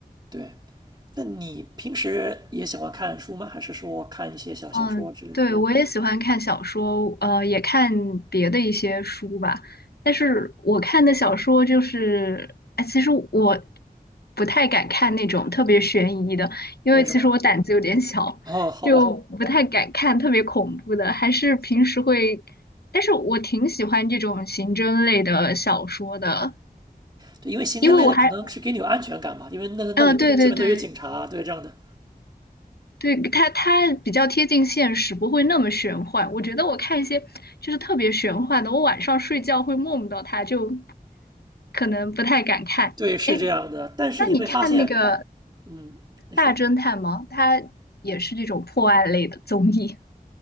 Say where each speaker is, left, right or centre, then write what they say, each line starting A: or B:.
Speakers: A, on the right; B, on the left.
A: 对。那你平时也喜欢看书吗？还是说看一些小小说之类的？
B: 嗯，对，我也喜欢看小说，呃，也看别的一些书吧。但是我看的小说就是，哎，其实我不太敢看那种特别悬疑的，因为其实我胆子有点小，
A: 为什么？哦，好吧，
B: 就哦不太敢看特别恐怖的。还是平时会，但是我挺喜欢这种刑侦类的小说的，
A: 对，因为刑侦类的可能是给你有安全感吧，
B: 因为我还，
A: 因为那那里面基本都有警察，
B: 嗯，对对对，
A: 对这样的，
B: 对，它它比较贴近现实，不会那么玄幻。我觉得我看一些就是特别玄幻的，我晚上睡觉会梦到它，就可能不太敢看。
A: 对，是这样的。
B: 哎，
A: 但是你会发现，
B: 那你看那个
A: 嗯，你说
B: 大侦探吗？它也是这种破案类的综艺